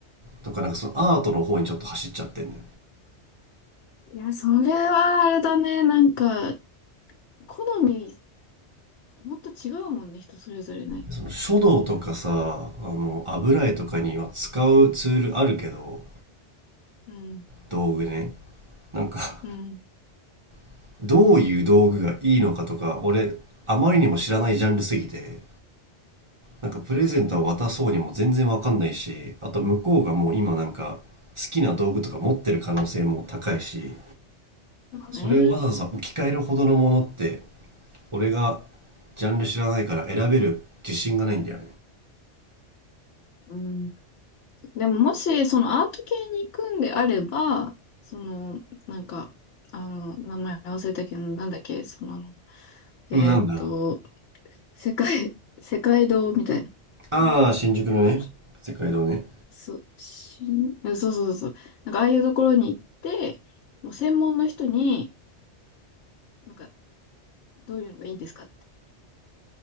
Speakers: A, on the right (about 25°); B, on the left (about 85°).
A: とかなんかそのアートの方にちょっと走っちゃってんのよ。
B: いや、それはあれだね。なんか、好み、もっと違うもんね、人それぞれね。
A: その書道とかさ、あの油絵とかには使うツールあるけど、
B: うん。
A: 道具ね。なんか
B: うん。
A: <laughs> どういう道具がいいのかとか、俺あまりにも知らないジャンルすぎて、なんかプレゼントは渡そうにも全然わかんないし、あと向こうがもう今なんか好きな道具とか持ってる可能性も高いし、
B: まあね。
A: それをわざわざ置き換えるほどのものって、俺がジャンル知らないから選べる自信がないんだよ
B: うん。でももし、そのアート系に行くんであれば、その、なんか、あの、名前忘れたけど、なんだっけ、その、えーっと、
A: ね。なんだ
B: 世界、<laughs> 世界堂みたいな、
A: ああ、
B: なんか、
A: 新宿のね、
B: あるじゃん。
A: 世界堂ね。
B: そ、しん、えそうそうそうそう。なんか、ああいうところに行って、もう専門の人に、なんか、どういうのがいいんですかって。